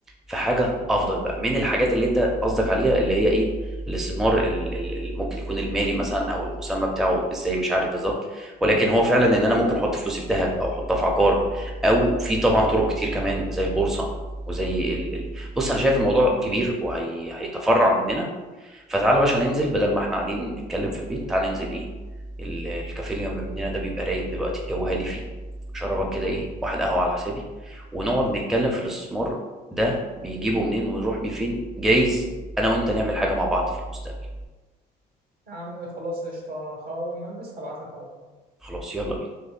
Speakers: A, in the centre; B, on the right (about 60°).
A: في حاجة أفضل بقى من الحاجات اللي أنت قصدك عليها اللي هي إيه الاستثمار ال- ال- اللي ممكن يكون المالي مثلا او المسمى بتاعه ازاي مش عارف بالظبط ولكن هو فعلا ان انا ممكن احط فلوسي في ذهب او احطها في عقار او في طبعا طرق كتير كمان زي البورصه وزي ال- بص انا شايف الموضوع كبير وهيتفرع مننا فتعالى يا باشا ننزل بدل ما احنا قاعدين نتكلم في البيت تعالى ننزل ايه ال- الكافيه اللي جنب مننا ده بيبقى رايق دلوقتي الجو هادي فيه شربك كده ايه واحد قهوه على حسابي ونقعد نتكلم في الاستثمار ده بيجيبه منين ونروح بيه فين جايز انا وانت نعمل حاجه مع بعض في المستقبل
B: يا عم خلاص قشطة اول ما البس هبعت لك على
A: خلاص يلا بينا